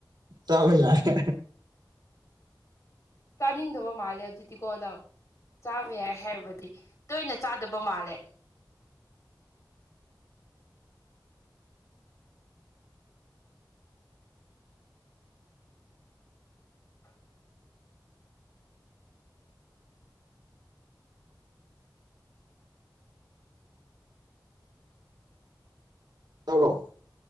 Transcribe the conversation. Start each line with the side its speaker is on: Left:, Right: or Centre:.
Right: ꯆꯥꯕ ꯌꯥꯏꯌꯦ
Left: ꯆꯥꯅꯤꯡꯗꯕ ꯃꯥꯜꯂꯦ ꯑꯗꯨꯗꯤꯀꯣ ꯅꯪ ꯆꯥꯕ ꯌꯥꯏ ꯍꯥꯏꯕꯗꯤ ꯇꯣꯏꯅ ꯆꯥꯗꯕ ꯃꯥꯜꯂꯦ꯫ <inaudible>
Right: <unintelligible>